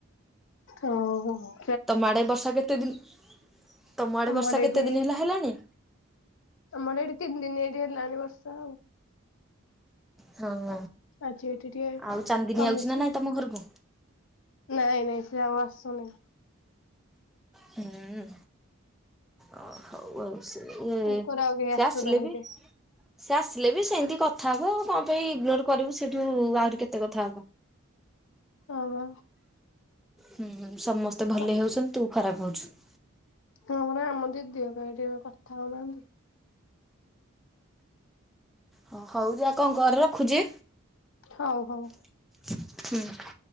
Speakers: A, on the left; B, in the centre.
A: ଓ ହ।
B: ତମ ଆଡେ ବର୍ଷା କେତେ ଦିନ, ତମ ଆଡେ
A: ଆମର
B: ବର୍ଷା
A: ଏଇଠି
B: କେତେ ଦିନି ହେଲା ହେଲାଣି।
A: ଆମର ଏଇଠି ତିନି ଦିନ ଏଇଠି ହେଲାଣି ବର୍ଷା ଆଉ।
B: ହଁ।
A: ଆଜି ଏଠି ଟିକେ
B: ଆଉ ଚାନ୍ଦିନୀ
A: କମିଚି।
B: ଆଉଛି ନା ନାଇଁ ତମ ଘରକୁ
A: ନାଇଁ ନାଇଁ ସେ ଆଉ ଆସୁନି।
B: ହୁଁ ଓ ହଉ ଆଉ ଉ ସେ ଇଏ
A: ତାଙ୍କର ଆଉ କେହି ଆସୁନାହାନ୍ତି।
B: ଆସିଲେ ବି ସେ ଆସିଲେ ବି ସେମିତି କଥା ହବୁ କଣ ପାଇଁ ଇଗନୋର କରିବୁ ସେଇଠୁ ଆହୁରି କେତେ କଥା ହବ।
A: ହମ
B: ହୁଁ ସମସ୍ତେ ଭଲେଇ
A: ବା
B: ହଉଛନ୍ତି ତୁ ଖରାପ ହଉଛୁ।
A: ହଁ ପରା ଆମ ଦିଦିଙ୍କ ପାଇଁ ଟିକେ ଏବେ କଥା ହବା।
B: ଉଁ ହୁଁ ହଉ ଯା କଣ କର ରଖୁଛି?
A: ହଉ, ହଉ।
B: ହୁଁ।